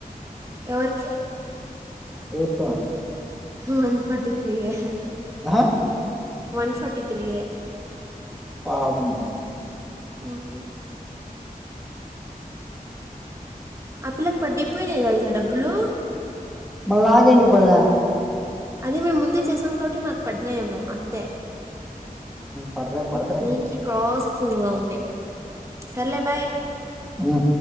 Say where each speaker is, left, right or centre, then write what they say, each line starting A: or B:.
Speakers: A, on the right; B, in the centre.
A: ఎవర్కి?
B: ఎవర్కా
A: వన్ ఫటి త్రీయే
B: ఆ
A: వన్ ఫర్టీ త్రీయే
B: పాపము.
A: ఉమ్ ఆ పిల్లక్ పడ్డిపోయినయి తెల్సా డబ్బులు
B: మల్ నాకేంటి పల్లా
A: అదే మేం ముందే చేసాం కాబట్టి మాక్ పడ్నాయేమో అంతే
B: పడతాయి పడతాయిలే
A: నీకి ప్రాస్ ఇంగ ఉంది. సర్లే బాయ్
B: అమా